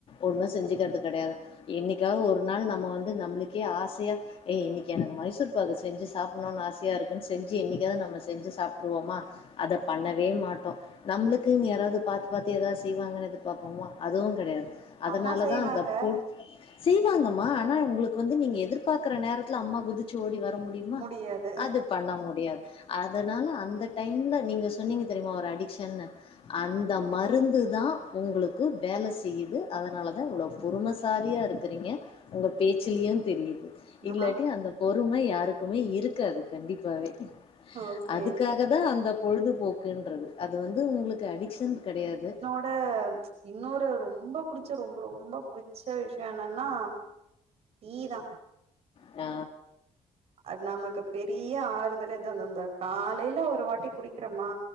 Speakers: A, on the left; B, on the right.
A: ஒண்ணு செஞ்சுக்கிறது கெடயாது என்னிக்காது ஒரு நாள் நம்ம வந்து நம்மளுக்கே ஆசையா ஏ இன்னிக்கி எனக்கு மைசூர் இப்ப அது செஞ்சு சாப்பிட்ணுனு ஆசைய இருக்குன்னு செஞ்சு என்னைக்காது நம்ம செஞ்சு சாப்பிட்டுருவோமா அத பண்ணவே மாட்டோ நம்மளுக்கு யாராவது பாத்து பாத்து ஏதாவது செய்வாங்கன்னு எதிர் பாப்போமோ அதுவு கெடையாது அதனால
B: அம்மா செய்வாங்க
A: தா அந்த பொல் செய்வாங்கம்மா ஆனா உங்களுக்கு வந்து நீங்க எதிர்பாக்கற நேரத்துல அம்மா குதிச்சு ஓடி வர முடியுமா
B: முடியாது
A: அது பண்ண முடியாது அதனால அந்த டைம்ல நீங்க சொன்னீங்க தெரியுமா ஒரு அடிக்க்ஷன்னு அந்த மருந்து தா உங்களுக்கு வேல செய்யுது அதனால தா இவ்ளோ பொறுமசாலியா இருக்குறீங்க உங்க பேச்சுலயு தெரியுது இல்லாட்டி
B: ஆஹா
A: அந்த பொறும யாருக்குமே இருக்காது கண்டிப்பாவே அதுக்கா
B: ஓகே
A: அதுக்காக தா அந்த பொழுதுபோக்குன்றது அது வந்து உங்களுக்கு அடிக்க்ஷன் கெடையாது
B: இப்ப இன்னொரு ரொம்ப புடிச்ச ரொம்ப ரொம்ப புடிச்ச விஷயோ என்னன்னா டீ தா
A: ஆ
B: அது நமக்கு பெரிய ஆறுதலே அதுந்தந்த காலையில ஒரு வாட்டி குடிக்கிறமா